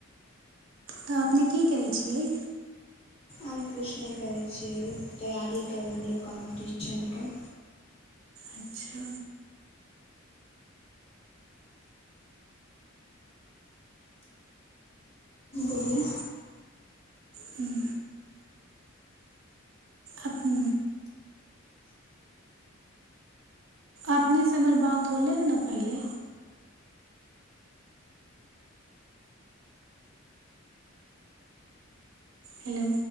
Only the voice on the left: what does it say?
आब किछु नहि करै छियै तैयारी करै रियै कम्पीटिशनके
बोलिए